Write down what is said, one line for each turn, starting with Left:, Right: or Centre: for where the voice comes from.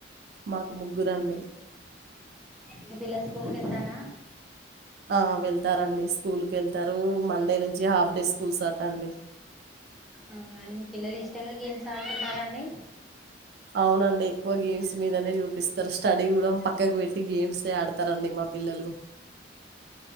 Right: మాకు ముగ్గురండి
Centre: మీ పిల్లలు స్కూల్ కెళ్తారా
Right: ఆ వెళ్తారండి స్కూల్ కెళ్తారు మండే నుంచి హాఫ్ డే స్కూల్స్ అట అండి
Centre: అవునండి మీ పిల్లలు ఇష్టంగా గేమ్స్ ఆడుకుంటార అండి
Right: అవునండి ఎక్కువ గేమ్స్ మీదనే చూపిస్తారు స్టడీ కూడ పక్కకు పెట్టి గేమ్సే ఆడతారండి మా పిల్లలు